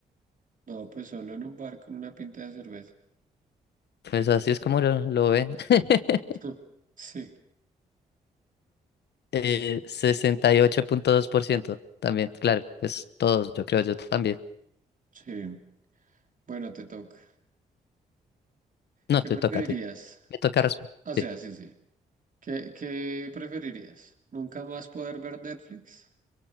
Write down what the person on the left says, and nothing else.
Pues así es como lo, lo ven. <laughs>
Eh, sesenta y ocho punto dos por ciento también, claro, pues todos, yo creo, yo también.
No,
te
toca a ti. Me toca responder.
Sí.